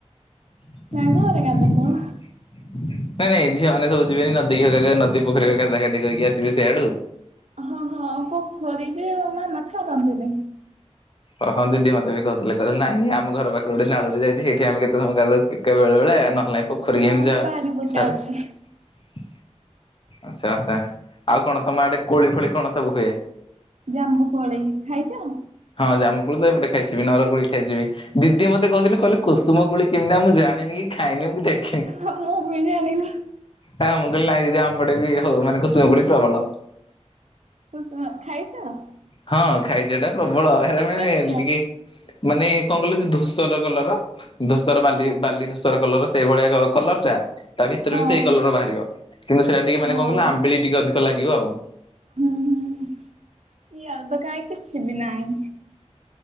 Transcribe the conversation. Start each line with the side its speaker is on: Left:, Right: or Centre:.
Left: <inaudible>
Right: ନା ଘରେ ଗାଧୋଉ
Left: ନାଇଁ ନାଇଁ ଝିଅ ମାନେ ସବୁ ଯିବେନି ନଦୀ ହକା ନଦୀ ପୋଖରି ହାକା ଗାଧା ଗାଧି କରିକି ଆସିବେ ସିଆଡୁ।
Right: ହଁ ହଁ ପୋଖରୀ ରି ରେ ମାମା ଛାଡ଼ନ୍ତି ନି।
Left: ଓ ହଁ ଦିଦି ମତେ ବି କହୁଥିଲେ କହିଲେ ନାଇଁ ଆମର ପାଖରେ ଗୋଟେ ନାଳ ଟେ ଯାଇଛି ହେଇଠି ଆମେ କେତେ ସମୟ ଗଧଉ ବେଳେ ବେଳେ ନହେଲେ ପୋଖରୀ
Right: ହଁ
Left: ଆମେ
Right: ଆମ
Left: ଯା
Right: ବାରି ପଟେ
Left: ଛାଡ଼
Right: ଅଛି
Left: ଆଛା ଆଛା ଆଉ କଣ ତମ ଆଡେ କୋଳି ଫୋଳି କଣ ସବୁ ହୁଏ?
Right: ଜାମ୍ୱୁ କୋଳି ଖାଇଚ?
Left: ହଁ ଜାମୁ କୁଳି ତ ଏପଟେ ଖାଇଚିବି ନର କୁଳି ଖାଇଚିବି ଦିଦି ମତେ କହିଥିଲେ କହିଲ କୁସୁମ କୋଳି କେମିତା କା ମୁଁ ଜାଣି କି ଖାଇନି ମୁ ଦେଖ
Right: ହଁ ମୁଁ ବି ଜାଣିନି।
Left: ମୁଁ କହିଲ ନାଇଁ ଦିଦି ଆମପଟେ ବି ହଉ ମାନେ କୁସୁମ କୁଳି ପ୍ରବଳ।
Right: କୁସୁମ ଖାଇଚ?
Left: ହଁ ଖାଇଚି ହେଟା ପ୍ରବଳ ହେରା ମାନେ
Right: କେମିତିଆ?
Left: ଟିକେ ମାନେ କଣ କଲେ ଯେ ଧୂସର କଲର ଧୂସର
Right: ହଁ
Left: ବାଲି ବାଲି ଧୂସର କଲର ସେଇ ଭଳିଆ କଲର ଟା ତା ଭିତରେ
Right: ହଁ
Left: ବି ସେଇ କଲର ବାହାରିବ କିନ୍ତୁ ସେଟା ଟିକେ ମାନେ
Right: ହଉ
Left: କଣ କହ ଆମ୍ବିଳି ଟିକେ ଅଧିକ ତ ଲାଗିବ ଆଉ।
Right: ହୁଁ ହୁଁ ଇ ଅଳ୍ପ କାହିଁ କିଛି ବି ନାହିଁ।